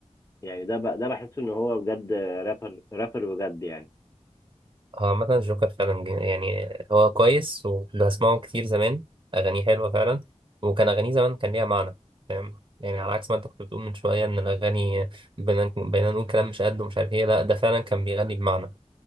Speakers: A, on the left; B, on the right.
A: يعني ده بقى ده بحس ان هو بجد رابر رابر بجد يعني
B: اه عامة الجوكر فعلا جي- يعني هو كويس وكنت بسمعه كتير زمان أغانيه حلوة فعلا وكان أغانيه زمان كان ليها معنى فاهم يعني على عكس ما أنت كنت بتقول من شوية إن الأغاني بقينا بقينا نقول كلام مش قد ومش عارف إيه لا ده فعلا كان بيغني بمعنى